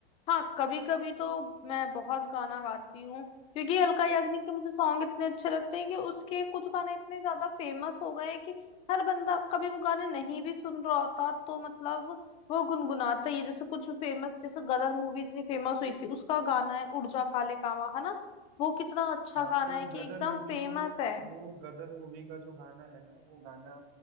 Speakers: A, on the left (about 20°); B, on the right (about 30°).
A: हाँ कभी कभी तो मैं बहुत गाना गाती हूँ क्योंकि अलका याग्निक के मुझे सॉन्ग इतने अच्छे लगते हैं कि उसके कुछ गाने इतने ज्यादा फेमस हो गए हैं कि हर बंदा कभी वो गाने नहीं भी सुन रहा होता तो मतलब वो गुनगुनाता ही है जैसे कुछ फेमस जैसे गदर मूवी इतनी फेमस हुई थी उसका गाना है उड़ जा काले कावां है ना वो कितना अच्छा
B: हाँ
A: गाना
B: तो
A: है कि
B: गदर
A: एकदम
B: मूवी
A: फेमस
B: तो
A: है
B: वो गदर मूवी का जो गाना है ना वो गाना